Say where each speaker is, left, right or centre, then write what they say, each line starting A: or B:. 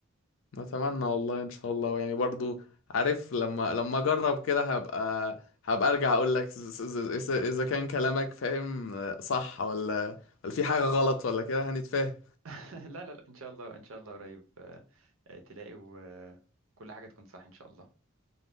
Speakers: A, on the left (about 70°); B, on the right (about 85°).
A: نتمنى والله ان شاء الله يعني برضه عارف لما لما اجرب كده هبقى هبقى ارجع اقول لك ز- ز- ز- اذا كان كلامك فاهم آه، صح ولا ولا في حاجة غلط ولا كده هنتفاهم
B: <laughs> لا لا لا ان شاء الله ان شاء الله قريب آه، آه، تلاقي وكل حاجه تكون صح ان شاء الله